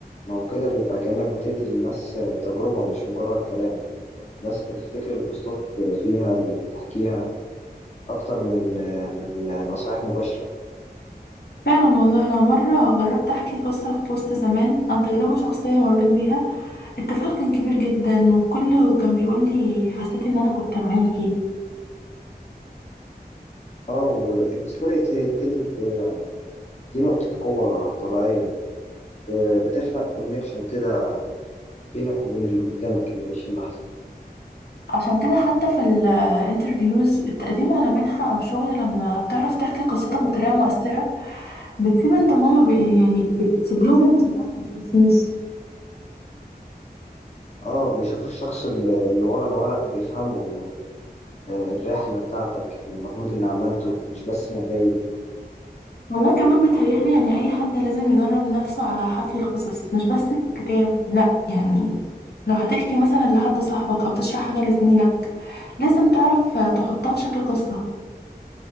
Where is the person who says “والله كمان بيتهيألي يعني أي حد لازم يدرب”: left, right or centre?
Left